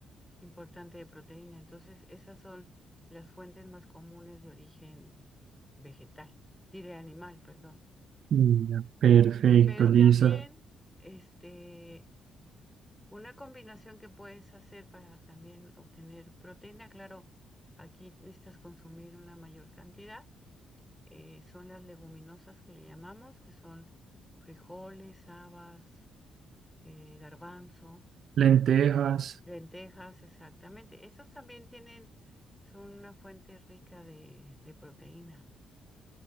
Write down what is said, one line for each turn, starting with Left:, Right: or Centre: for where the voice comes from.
Centre: importante de proteína, entonces esas son las fuentes más comunes de origen vegetal, diré animal, perdón.
Right: Ya, Perfecto,
Centre: Pero
Right: Lisa.
Centre: también, este, una combinación que puedes hacer para también obtener proteína, claro, aquí necesitas consumir una mayor cantidad, eh, son las leguminosas que le llamamos, que son frijoles, habas, eh, garbanzo.
Right: Lentejas,
Centre: Lentejas, exactamente. Estos también tienen, son una fuente rica de, de proteína,